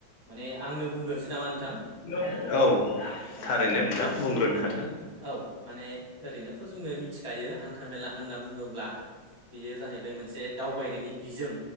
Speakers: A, on the right (about 20°); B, on the left (about 75°).
A: माने आंनो बुंग्रोनोसै
B: <unintelligible>
A: नामा नोंथां
B: औ
A: औ
B: थारैनो
A: औ
B: नोंथां बुंग्रोनो हागोन।
A: औ माने ओरैनोथ' जोङो मिथिखायो हान्था मेला होनना बुङोब्ला बेयो जाहैबाय मोनसे दावबायनायनि बिजों